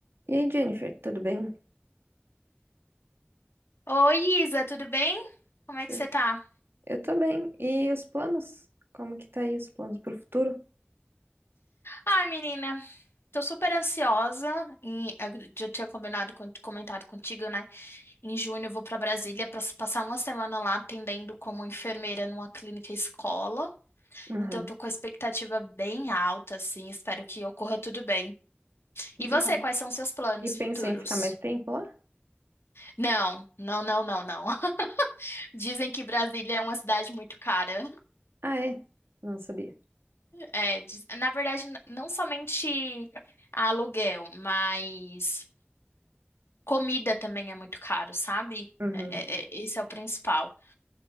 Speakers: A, on the right; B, on the left.
A: E aí, Jennifer, tudo bem?
B: Oi, Isa, tudo bem? Como é
A: Tu-
B: que você tá?
A: Eu tô bem. E os planos? Como que tá aí os planos pro futuro?
B: Ai, menina, tô super ansiosa. E eu já tinha combinado, com- comentado contigo, né? Em junho eu vou pra Brasília pra s- passar uma semana lá atendendo como enfermeira numa clínica escola.
A: Uhum.
B: Então, eu tô com a expectativa bem alta, assim. Espero que ocorra tudo bem.
A: Que
B: E
A: legal.
B: você, quais são seus planos
A: E pensa
B: futuros?
A: em ficar mais tempo lá?
B: Não, não, não, não, não. <laughs> Dizem que Brasília é uma cidade muito cara.
A: Ah, é? Não sabia.
B: É, diz- na verdade, n- não somente aluguel, mas comida também é muito caro, sabe?
A: Uhum.
B: É- é- é- esse é o principal.